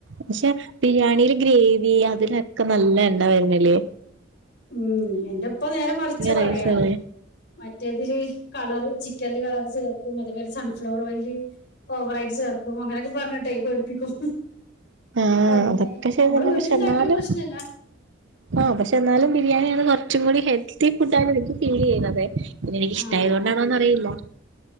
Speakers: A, on the right; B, on the left.
A: പക്ഷെ ബിരിയാണില് ഗ്രേവി അതിലൊക്കെ നല്ല എണ്ണ വരണില്ലേ
B: ഉം എന്റുപ്പ നേരെ മറിച്ചാ പറയാ
A: റൈസല്ലേ
B: മറ്റേതില് കളറ് ചിക്കൻല് കളർ ചേർക്കും അത്പോലെ സൺഫ്ലവർ ഓയില് ഓവറായിട്ട് ചേർക്കും അങ്ങനെയൊക്കെ പറഞ്ഞിട്ടെ പേടിപ്പിക്കും
A: ആഹ്
B: അങ്ങനെ
A: അതൊക്കെ
B: നമ്മള്
A: ശരി തന്നെ
B: വീട്ടിലിണ്ടാക്കണ
A: പക്ഷെ എന്നാലും
B: പ്രശ്നല്ല
A: ആഹ് പക്ഷെ എന്നാലും ബിരിയാണിയാണ് കുറച്ചും കൂടി ഹെൽത്തി ഫുഡ് ആണ് എനിക്ക് ഫീൽ ചെയ്യുന്നതെ പിന്ന എനിക്ക്
B: ആഹ്
A: ഇഷ്ടയതോ ണ്ടാണോന്നറിയില്ല